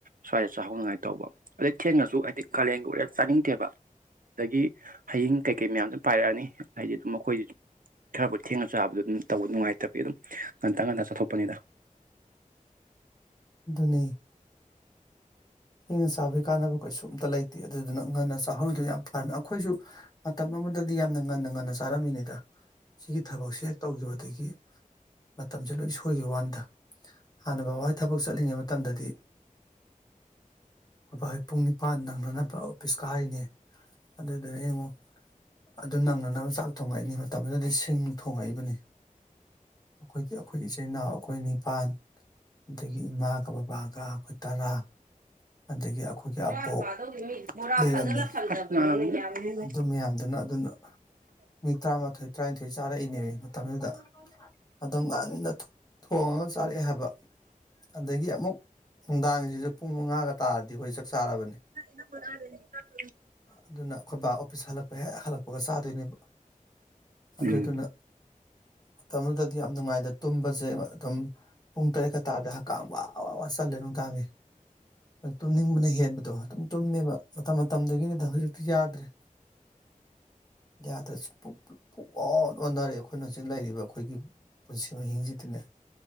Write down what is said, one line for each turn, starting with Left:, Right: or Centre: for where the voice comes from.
Right: ꯁ꯭ꯋꯥꯏꯗ ꯆꯥꯍꯧꯅꯉꯥꯏ ꯇꯧꯕ ꯑꯗꯩ ꯊꯦꯡꯅꯁꯨ ꯍꯥꯏꯗꯤ ꯀꯥꯂꯦꯟꯒ ꯑꯣꯏꯔꯦ ꯆꯥꯅꯤꯡꯗꯦꯕ꯫ ꯑꯗꯒꯤ ꯍꯌꯤꯡ ꯀꯩꯀꯩ ꯃꯌꯥꯝꯖꯨ ꯄꯥꯏꯔꯛꯑꯅꯤ ꯍꯥꯏꯗꯤ ꯑꯗꯨꯝ ꯑꯈꯣꯏꯖꯤ ꯈꯔꯕꯨ ꯊꯦꯡꯅ ꯆꯥꯕꯗꯣ ꯑꯗꯨꯝ ꯇꯧꯕ ꯅꯨꯡꯉꯥꯏꯇꯕꯩ ꯑꯗꯨꯝ ꯉꯟꯇꯥ ꯉꯟꯇꯥ ꯆꯠꯊꯣꯛꯄꯅꯤꯗ꯫
Left: ꯑꯗꯨꯅꯦ ꯊꯦꯡꯅ ꯆꯥꯕꯩ ꯀꯥꯟꯅꯕ ꯀꯩꯁꯨꯨꯝꯇ ꯂꯩꯇꯦ ꯑꯗꯨꯗꯨꯅ ꯉꯟꯅ ꯆꯥꯍꯧꯔꯤꯗꯨ ꯌꯥꯝ ꯐꯅ ꯑꯈꯣꯏꯖꯨ ꯃꯇꯝ ꯑꯃꯗꯗꯤ ꯌꯥꯝꯅ ꯉꯟꯅ ꯉꯟꯅ ꯆꯥꯔꯝꯃꯤꯅꯤꯗ ꯁꯤꯒꯤ ꯊꯕꯛꯁꯦ ꯍꯦꯛ ꯇꯧꯖꯕ ꯑꯗꯒꯤ ꯃꯇꯝꯖꯦ ꯂꯣꯏ ꯁꯣꯏꯒꯤꯕ ꯋꯥꯟꯅꯤꯗ꯫ ꯍꯥꯟꯅ ꯕꯥꯕꯥ ꯍꯣꯌ ꯊꯕꯛ ꯆꯠꯂꯤꯉꯩ ꯃꯇꯝꯗꯗꯤ ꯕꯕꯥ ꯍꯣꯌ ꯄꯨꯡ ꯅꯤꯄꯥꯟ ꯅꯪꯅꯅꯕ ꯑꯣꯐꯤꯁ ꯀꯔꯤꯅꯤ ꯑꯗꯨꯗꯨꯅ ꯌꯦꯡꯉꯨ ꯑꯗꯨ ꯅꯪꯅꯅꯕ ꯆꯥꯛ ꯊꯣꯡꯉꯛꯏꯅꯤ ꯃꯇꯝꯗꯨꯗꯗꯤ ꯁꯤꯡ ꯊꯣꯡꯉꯛꯏꯕꯅꯤ꯫ ꯑꯈꯣꯏꯗꯤ ꯑꯩꯈꯣꯏ ꯏꯆꯤꯟ ꯏꯅꯥꯎ ꯑꯈꯣꯏ ꯅꯤꯄꯥꯟ꯫ ꯑꯗꯒꯤ ꯏꯃꯥꯒ ꯕꯕꯥꯒ ꯑꯈꯣꯏ ꯇꯔꯥ꯫ ꯑꯗꯒꯤ ꯑꯥ ꯑꯈꯣꯏꯒꯤ
Right: ꯕꯣꯔꯥ
Left: ꯑꯕꯣꯛ
Right: ꯐꯥꯗꯧꯗꯤ ꯃꯤ ꯕꯣꯔꯥ
Left: ꯂꯩꯔꯝꯃꯤ
Right: ꯐꯖꯅ ꯊꯝꯗꯕꯅꯤꯅ ꯌꯥꯝꯃꯦ
Left: ꯑꯗꯨ ꯃꯌꯥꯝꯗꯨꯅ ꯑꯗꯨꯅ ꯃꯤ ꯇꯔꯥꯃꯥꯊꯣꯏ ꯇꯔꯥꯅꯤꯊꯣꯏ ꯆꯥꯔꯛꯏꯅꯦꯃꯤ ꯃꯇꯝꯗꯨꯗ ꯑꯗꯨꯝ ꯉꯟꯅ ꯊꯣ ꯊꯣꯡꯉꯒ ꯆꯥꯔꯛꯑꯦ ꯍꯥꯏꯕ꯫ ꯑꯗꯒꯤ ꯑꯃꯨꯛ ꯅꯨꯡꯗꯥꯡꯖꯤꯖꯨ ꯄꯨꯡ ꯃꯉꯥꯒ ꯇꯥꯔꯗꯤ ꯑꯈꯣꯏ ꯆꯥꯛ ꯆꯥꯔꯕꯅꯤ꯫
Right: ꯅ ꯃ <inaudible>
Left: ꯑꯗꯨꯅ ꯑꯈꯣꯏ ꯕꯥ ꯑꯣꯐꯤꯁ ꯍꯜꯂꯛꯄ ꯍꯦꯛ ꯍꯜꯂꯛꯄꯒ ꯆꯥꯗꯣꯏꯅꯦꯕ꯫ ꯑꯗꯨꯗꯨꯅ
Right: ꯎꯝ
Left: ꯃꯇꯝꯗꯨꯗꯗꯤ ꯌꯥꯝ ꯅꯨꯡꯉꯥꯏꯗ ꯇꯨꯝꯕꯖꯦ ꯑꯗꯨꯝ ꯄꯨꯡ ꯇꯔꯦꯠꯀ ꯇꯥꯗ ꯍꯥ ꯀꯥꯝ ꯋꯥ ꯋꯥꯥ ꯋꯥ ꯆꯜꯂꯦ ꯅꯨꯡꯗꯥꯡꯒꯤ꯫ ꯇꯨꯝꯅꯤꯡꯕꯅ ꯍꯦꯟꯕꯗꯣ ꯑꯗꯨꯝ ꯇꯨꯝꯃꯦꯕ ꯃꯇꯝ ꯃꯇꯝꯗꯨꯒꯤꯅꯤꯗ ꯍꯧꯖꯤꯛꯇꯤ ꯌꯥꯗ꯭ꯔꯦ꯫ ꯌꯥꯗꯔꯁꯨ ꯄꯨꯛ ꯄꯨꯛ ꯄꯨꯠ ꯑꯣꯟꯅꯔꯦ ꯑꯈꯣꯏꯅ ꯍꯧꯖꯤꯛ ꯂꯩꯔꯤꯕ ꯑꯈꯣꯏꯒꯤ ꯄꯨꯟꯁꯤ ꯃꯍꯤꯡꯖꯤꯗꯤꯅꯦ